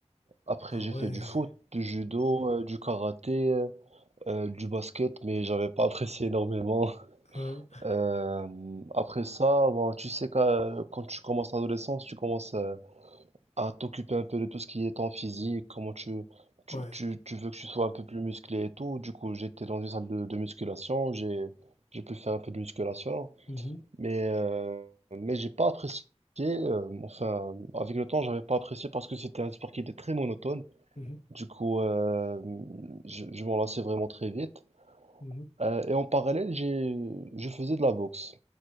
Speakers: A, on the right; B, on the left.
A: après
B: ah
A: j'ai
B: ouais,
A: fait du foot, du judo, euh, du karaté, euh, euh, du basket, mais j'avais pas apprécié énormément. <laughs>
B: hein,
A: Euh, après ça, bon, tu sais, quand, quand tu commences l'adolescence, tu commences à t'occuper un peu de tout ce qui est ton physique, comment tu, tu,
B: ouais,
A: tu, tu veux que tu sois un peu plus musclé et tout. Du coup, j'étais dans une salle de, de musculation, j'ai, j'ai pu faire un peu de musculation,
B: mhm,
A: mais, euh, mais j'ai pas apprécié, euh, enfin, avec le temps, j'avais pas apprécié parce que c'était un sport qui était très monotone.
B: mhm,
A: Du coup, euh, je, je m'en lassais vraiment très vite.
B: mhm.
A: Euh, et en parallèle, j'ai, je faisais de la boxe.